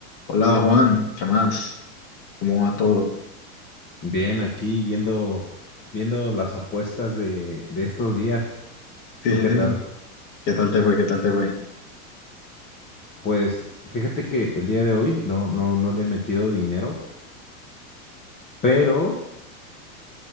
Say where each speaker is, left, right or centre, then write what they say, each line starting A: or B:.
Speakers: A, on the left; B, on the left.
A: Hola Juan, ¿qué más? ¿Cómo va todo?
B: Bien, aquí viendo, viendo las apuestas de, de estos días.
A: Sí,
B: ¿Tú qué
A: sí,
B: tal?
A: sí. ¿Qué tal te fue? ¿Qué tal te fue?
B: Pues fíjate que el día de hoy no, no, no le he metido dinero, pero,